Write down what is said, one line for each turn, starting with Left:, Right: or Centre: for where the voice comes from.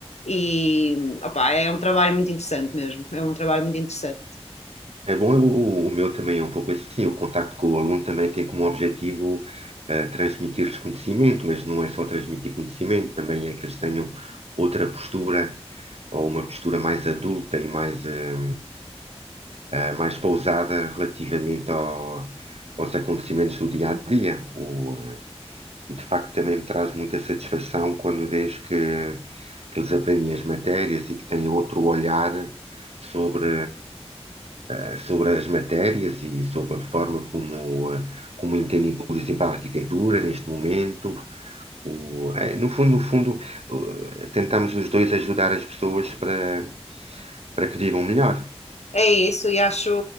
Left: E opa, é um trabalho muito interessante mesmo. É um trabalho muito interessante.
Right: É bom, o, o meu também é um pouco assim. O contacto com o aluno também tem como objetivo eh, transmitir-lhes conhecimento, mas não é só transmitir conhecimento, também é que eles tenham outra postura, ou uma postura mais adulta e mais, eh, eh, mais pausada relativamente ao- aos acontecimentos do dia a dia. O, eh, e de facto também me traz muita satisfação quando vejo que, que eles aprendem as matérias e que têm outro olhar sobre, eh, sobre as matérias e sobre a forma como, eh, como entendem, por exemplo, a arquitetura neste momento. O, eh, no fundo, no fundo, eh, tentamos os dois ajudar as pessoas para, para que vivam melhor.
Left: É isso, e acho,